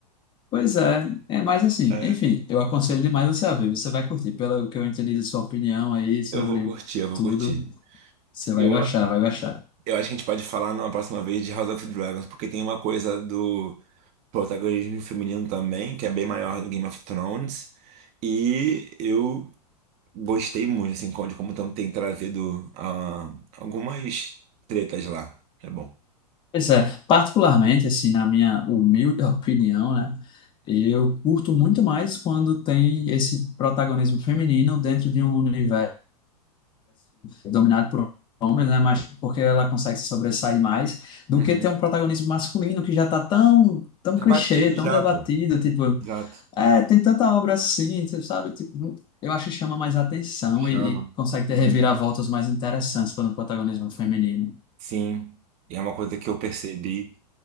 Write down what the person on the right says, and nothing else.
É,
eu vou curtir, eu vou
curtir.
Eu,
eu acho que a gente pode falar na próxima vez de House of Dragons, porque tem uma coisa do protagonismo feminino também, que é bem maior do Game of Thrones. E eu gostei muito, assim, de como tão- tem trazido ah, algumas tretas lá. É bom.
Uhum.
Tá
batido
já,
pô.
Exato.
Chama.
Sim. E é uma coisa que eu percebi